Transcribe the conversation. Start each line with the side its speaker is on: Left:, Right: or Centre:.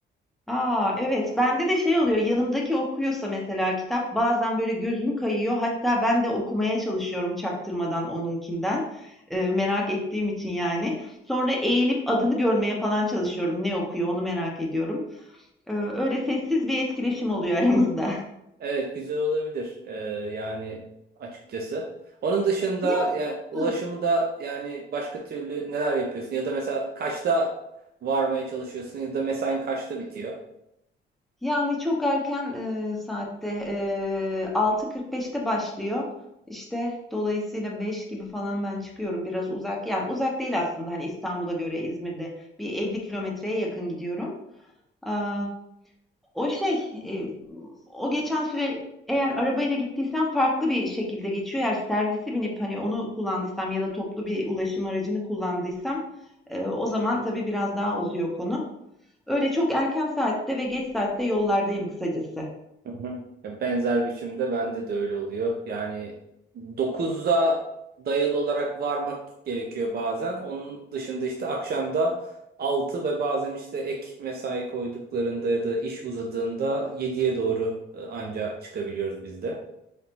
Centre: Aa, evet. Bende de şey oluyor. Yanımdaki okuyorsa mesela kitap bazen böyle gözüm kayıyor. Hatta ben de okumaya çalışıyorum çaktırmadan onunkinden. Ee, merak ettiğim için yani. Sonra eğilip adını görmeye falan çalışıyorum. Ne okuyor onu merak ediyorum. Ee, öyle sessiz bir etkileşim oluyor aramızda.
Right: Evet güzel olabilir Ee, yani açıkçası. Onun dışında
Centre: <laughs>
Right: ya ulaşımda
Centre: Ne?
Right: yani başka türlü neler yapıyorsun ya da mesela kaçta varmaya çalışıyorsun ya da mesain kaçta bitiyor?
Centre: Yani çok erken, eee, saatte, eee, 6.45'te başlıyor. İşte, dolayısıyla 5 gibi falan ben çıkıyorum. Biraz uzak, yani uzak değil aslında, hani, İstanbul'a göre İzmir'de bir 50 kilometreye yakın gidiyorum. Aaa, o şey, eee, o geçen süre eğer arabayla gittiysem farklı bir şekilde geçiyor. Eğer servisi binip, hani, onu kullandıysam ya da toplu bir ulaşım aracını kullandıysam, eee, o zaman tabii biraz daha uzuyor konu. Öyle çok erken saatte ve geç saatte yollardayım kısacası.
Right: Hı hı. Ya Benzer biçimde bende de öyle oluyor. Yani dokuzda dayalı olarak varmak gerekiyor bazen. Onun dışında işte akşamda 6 ve bazen işte ek mesai koyduklarında ya da iş uzadığında yediye doğru e, anca çıkabiliyoruz biz de.